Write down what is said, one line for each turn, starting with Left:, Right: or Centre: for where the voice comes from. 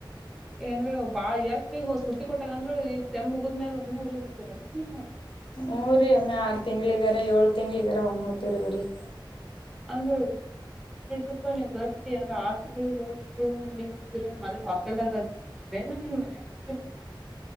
Centre: ಏಂದ್ರೆ ಬಾಳ ಎಷ್ಟ ಈಗ ಸುಟ್ಟಿ ಕೊಟ್ಟಾಗಂದ್ರೂ ಈಗ ಸೇಮ್ ಮುಗುದ್ಮೇಲೆ ಒಮ್ಮೆ ಊರಿಗ್ ಹೋಗ್ತಿರೇನ್ರಿ ನೀವು
Left: ಹುರಿ ಒಮ್ಮೆ ಆರು ತಿಂಗಳಗರೇ ಏಳ್ ತಿಂಗಳಗರೇ ಒಮ್ಮ್ ಹೋಗ್ತೀವ್ರಿ ಊರಿಗೆ
Centre: ಅಂದ್ರೆ ಬಿಡರಿಫಾ ನೀವು ಗಟ್ಟಿ ಆದ್ರೆ ಆರು ತಿಂಗಳು ಏಳ್ ತಿಂಗಳು ಮನೆಗ್ ಹೋಗ್ತಿರ್ರ ಮೊದಲ್ ಹಾಸ್ಟೆಲ್ ದಾಗ್ ಇದರಿ ಬೇನ ಏನ್ ಮನ್ಯಾಗಿದ್ರ ಮೊದಲು